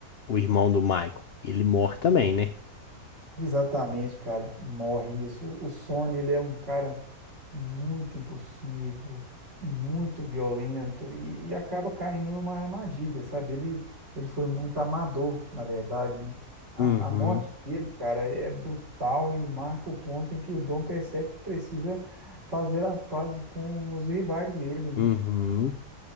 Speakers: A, on the left; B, on the right.
A: o irmão do Michael, ele morre também, né?
B: Exatamente, cara, morre isso. O Sony, ele é um cara muito impulsivo, muito violento e, e acaba caindo numa armadilha, sabe? Ele, ele foi muito amador, na verdade, né? A,
A: Uhum.
B: a morte dele, cara, é brutal e marca o ponto em que o Dom percebe que precisa fazer as pazes com os rivais dele, né?
A: Uhum.